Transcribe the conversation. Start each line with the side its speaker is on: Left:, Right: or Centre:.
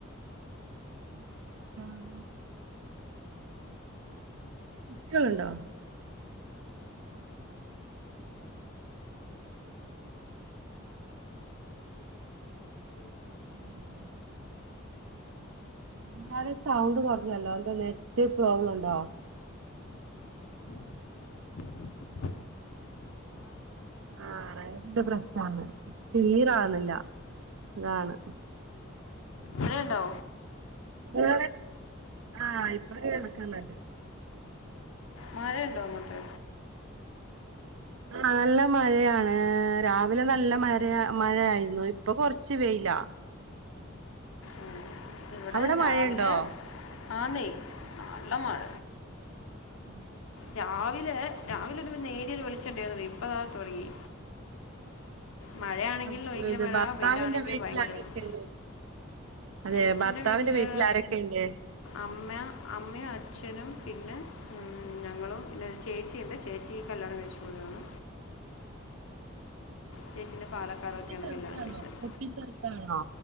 Right: ഉം ആഹ കുട്ടികളുണ്ടോ
Left: ഒണ്ട് <unintelligible> എൽ കെ ജി
Right: ഉം മുന്നാല് സൗണ്ട് കൊറഞ്ഞല്ലോ എന്താ നെറ്റ് പ്രോബ്ലം ഉണ്ടോ
Left: ഇവിടെ റേജിന്റെ <unintelligible> പ്പാല്
Right: ആ റേജിന്റെ പ്രശ്നമാണ് ക്ലിയർ ആവണില്ല അതാണ്
Left: മഴയുണ്ടോ
Right: ആ ആ ഇപ്പ കേക്കണുണ്ട്
Left: മഴ ഉണ്ടാേ അങ്ങോട്ട്
Right: നല്ല മഴയാണ് രാവിലെ നല്ല മഴ മഴയായിരുന്നു ഇപ്പൊ കൊറച്ച് വെയ് ല്ലാ
Left: ഉം ഇവിടെ
Right: അവിടെ
Left: രാവിലെ
Right: മഴയുണ്ടോ
Left: ആന്നെ നല്ല മഴ
Right: ഉം
Left: രാവിലെ രാവിലെ ഒരു വെ നേരിയ വെളിച്ചൊണ്ടായിരുന്നത് ഇപ്പതാ തുടങ്ങി മഴയാണെങ്കിൽ
Right: അത്
Left: ഭയങ്കര
Right: ഇത്
Left: മഴ
Right: ഭർത്താവിന്റെ
Left: വെയിലാണെങ്കി
Right: വീട്ടിൽ
Left: ഭയങ്കര
Right: ആരൊക്കെയുണ്ട്
Left: വെയ്ല്
Right: അതെ
Left: എച്ചന്റെ
Right: ഭർത്താവിന്റെ
Left: വീട്ടില്
Right: വീട്ടിൽ ആരൊക്കെയുണ്ട്
Left: അമ്മ അമ്മയും അച്ഛനും പിന്നെ ഞങ്ങൾ പിന്നെരു ചേച്ചിയുണ്ട് ചേച്ചി കല്യാണം കഴിച്ചു പോയതാണ് ചേച്ചിന്റെ പാലക്കാടൊക്കെയാണ്
Right: കുട്ടി ചെറുതാണോ
Left: കല്യാണം കഴിച്ചത്
Right: കുട്ടി ചെറുതാണോ